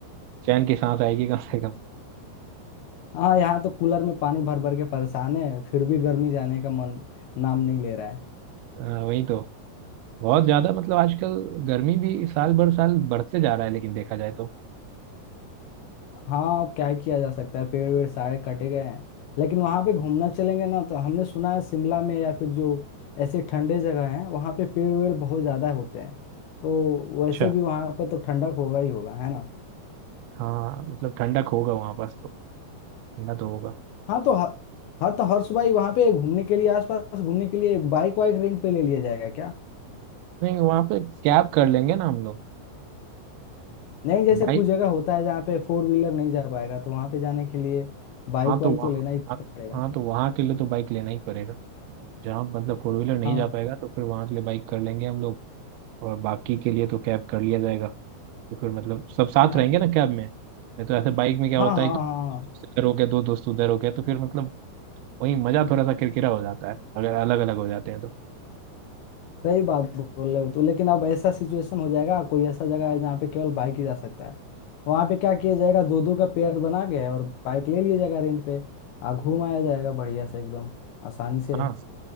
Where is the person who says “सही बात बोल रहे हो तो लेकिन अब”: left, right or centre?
Left